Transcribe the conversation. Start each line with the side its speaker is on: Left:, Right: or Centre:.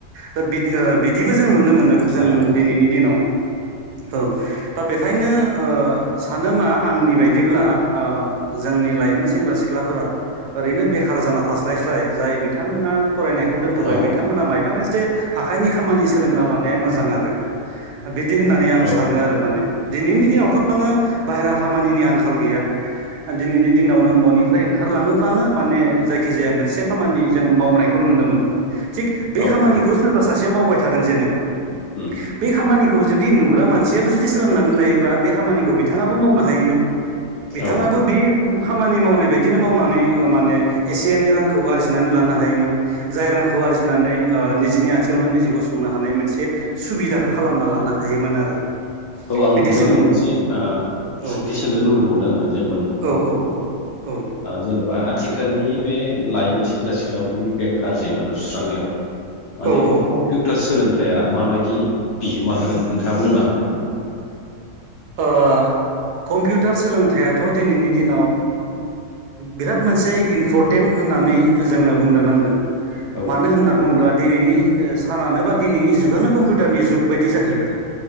Right: दा बिदि बिदिबो जों नुनो मोनो
Left: थारैनो
Right: जों दिनैनि दिनाव औ दा बेखायनो ओ सानो मा आंनि बायदिब्ला ओ जोंनि लाइमोन सेंग्रा सिख्लाफोरा ओरैनो बे खार जाना थास्लायस्लाय जाय बिथांमोना फरायनायखौ दोनथ'बाय
Left: औ
Right: बिथांमोना मायबा मोनसे आखाइनि खामानि सोलोंना लानाया मोजां मोजां आरो। बिदि होननानै आं
Left: औ
Right: सानो आरो माने दिनैनि दिनावथ' नोङो बाहेरा खामानिनि आंखाल गैया दिनैनि दिनाव नों न'निफ्राय ओंखारलाङोब्लानो माने जायखि जाया मोनसे खामानि जों मावनायखौ नुनो मोनो। थिग बे
Left: औ
Right: खामानिखौ
Left: औ
Right: सोरबा सासे मावबाय थादों जेनेबा
Left: उम
Right: बे खामानिखौ जुदि नुग्रा मानसियाबो जुदि सोलोंनानै लायोबा। बे खामानिखौ बिथाङाबो मावनो हायोमोन बिथाङाबो
Left: औ
Right: बे खामानि मावनाय बेदिनो मावनानै माने एसे एनै रांखौ आरजिनानै लानो हायो। हायोमोन जाय रांखौ आरजिनानै निजिनि आथिङयावनो निजि गसंनो हायो। मोनसे सुबिदाखौ खालामना लानो हायोमोन आरो।
Left: औ आं
Right: बिदि
Left: नोंथांनियाव
Right: जों
Left: मोनसे
Right: औ
Left: सोंथि सोंनो लुबैबावदों आङो जेनेबा नोंथांनाव
Right: औ औ औ
Left: जेनेबा आथिखालनि बे लाइमोन सेंग्रा सिख्लाफोरनि बेखार जेंनाखौ सुस्रांनायाव माने
Right: औ औ ओ
Left: कम्पिउटार सोलोंथाइ। थाया माबायदि बिहोमा होगोन नोंथाङा बुंनो हागोन नामा?
Right: ओ कम्पिउटार सोलोंथाइआथ' दिनैनि दिनाव बिराद मोनसे इनफर्ट टेन होननानै जोङो बुंनो नांगोन।
Left: औ
Right: मानो होनना बुङोब्ला दिनैनि सानानो बा दिनैनि जुगानो कम्पिउटारनि जुग बायदि जाहैबाय